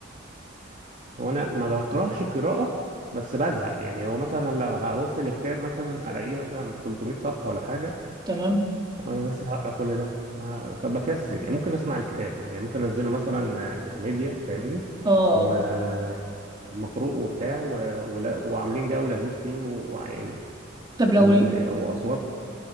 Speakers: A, on the right (about 40°); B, on the right (about 20°).
A: هو انا ما بكرهش القراءه بس بزهق يعني هو مثلا لو هبص الكتاب مثلا الاقيه مثلا 300 صفحه ولا حاجه
B: تمام
A: وانا لسه هقرا كل ده آه، فبكسل يعني ممكن اسمع الكتاب يعني ممكن انزله مثلا آه، ميديا فاهمني
B: اه
A: ومقروء وبتاع و... ولا... وعاملين جو لذيذ فيه ويعني
B: طب لو
A: و...
B: ال...
A: واصوات